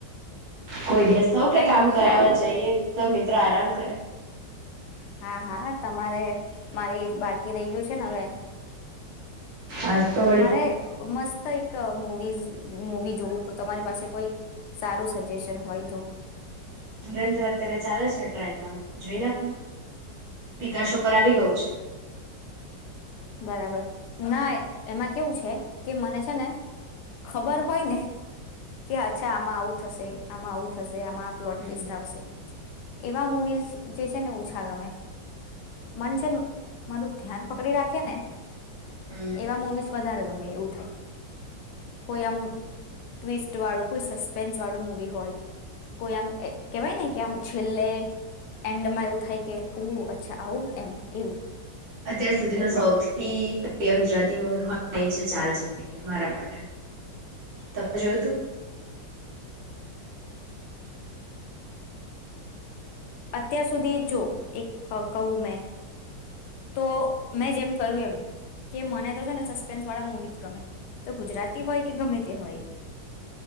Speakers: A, on the right; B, on the left.
A: કોઈ દિવસ થવું કે
B: કઈ
A: કામ
B: નહી
A: કરાવવા જઈએ. તો મિત્ર આરામ કરે
B: હા હા. તમારે મારી બાકી રહી ગયું છે ને બે
A: આજ તો વળી
B: મારે મસ્ત. મુવી મુવી જોવું તો તમારી પાસે કોઈ સારું સજેશન હોય તો.
A: ધુરેન્દ્ર અત્યારે ચાલે છે ટ્રેનમાં જોઈ નાખો પિકાસો પર આવી ગયું છે.
B: બરાબર ના એમાં કેવું છે કે મને છે ને ખબર હોય ને કે અચ્છા આમાં આવું થશે આમાં આવું થશે આમાં આ પ્લોટ
A: હમ
B: વેસ્ટ આવશે. એવા મુવીઝ જે છે ને ઓછા ગમે મન છે મારું ધ્યાન પકડી રાખે કેને
A: હમ
B: એવા મૂવીસ વધારે ગમે. એવું થાય કોઈ આમ ટ વાળું કોઈ સસ્પેન્સ વાળું મુવી હોય. કોઈ આમ કેવાય ને કે આમ છેલ્લે એન્ડમાં એવું થાય કે ઉ અચ્છા આવું એમ એવું.
A: અત્યાર સુધી ન
B: એટલે
A: સૌથી પ્રિય ગુજરાત હોય છે ચ મારા માટે તમે જોયું તું.
B: અત્યાર સુધી જો એક કહું મેં તો મેં જેમ કહ્યું એમ કે મને તો છે ને સસ્પેન્સ વાળા મુવી ગમે તો ગુજરાતી હોય કે ગમે તે હોય